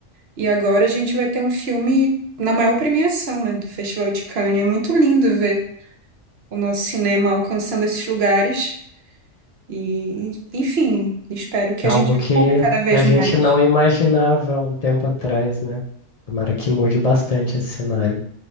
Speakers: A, on the right; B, on the left.
A: E agora a gente vai ter um filme na maior premiação, né, do Festival de Cannes. É muito lindo ver o nosso cinema alcançando esses lugares. E, enfim, espero que
B: Algo
A: a gente
B: que
A: ocupe cada vez
B: a gente
A: mais.
B: não imaginava um tempo atrás, né? Tomara que mude bastante esse cenário.